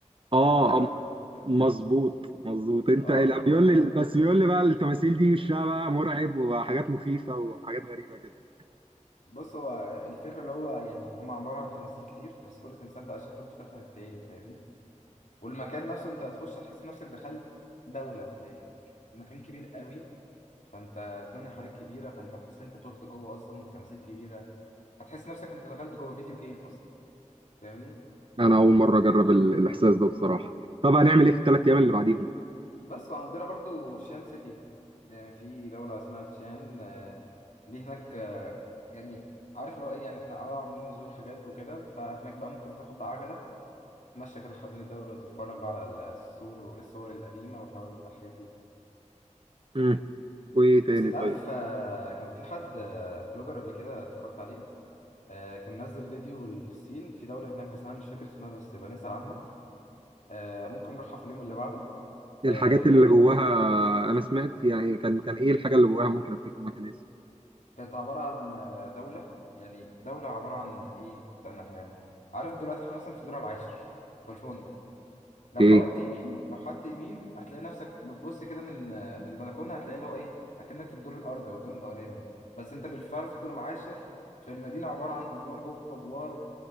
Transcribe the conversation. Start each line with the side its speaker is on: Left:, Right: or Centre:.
Right: اه
Left: تيراكوتا ارمي كده
Right: مظبوط مظبوط انت
Left: اه
Right: لا،
Left: كنت
Right: بيقول لي
Left: قريت
Right: بس بيقول لي بقى التماثيل دي وشها بقى مرعب وحاجات مخيفة وحاجات غريبة كده
Left: بص هو الفكره اللي هو يعني هم عباره عن تماثيل كتير بس كل تمثال بقى شكله مختلف عن التاني فاهمني والمكان نفسه انت هتخش هتحس نفسك دخلت دوله يعني مكان كبير قوي فانت الدنيا حواليك كبيره فانت هتحس ان انت تهت جوه اصلا والتماثيل كبيره هتحس نفسك انت دخلت جوه فيديو جيم اصلا فاهمني
Right: انا اول مره اجرب ال- الاحساس ده بصراحه طب هنعمل ايه في الثلاث ايام اللي بعديهم
Left: بس وعندنا برضو شان سيتي يعني في دولة اسمها تشان آه، دي هناك آه، يعني عارف لو ايه يعني احنا اه عاملين نزور حاجات وكده فهناك بقى ممكن تاخد عجلة تتمشى كده حوالين الدولة وتتفرج بقى على السور والصور القديمة والحاجات دي
Right: مم. وايه تاني
Left: بس انت
Right: طيب
Left: عارف آه، كان في حد آه، بلوجر قبل كده اتفرجت عليه آه، كان نزل فيديو للصين في دولة هناك بس انا مش فاكر اسمها بس يبقى نسأل عنها آه، ممكن نروحها في اليوم اللي بعده آه،
Right: الحاجات
Left: الدولة
Right: اللي جواها انا سمعت يعني كان كان ايه الحاجه اللي جواها ممكن افتكر مكان اسمه
Left: كانت عبارة عن آه، دولة يعني دولة عبارة عن إيه؟ استنى أفهمك عارف دلوقتي إحنا مثلا في الدور العاشر في الفندق لو
Right: اوكي
Left: حودت يمين لو حودت يمين هتلاقي نفسك بتبص كده من آه، من البلكونة هتلاقي اللي هو إيه أكنك في الدور الأرضي أو الدور الأولاني بس أنت بالفعل في الدور العاشر في المدينة عبارة عن أدوار جوه أدوار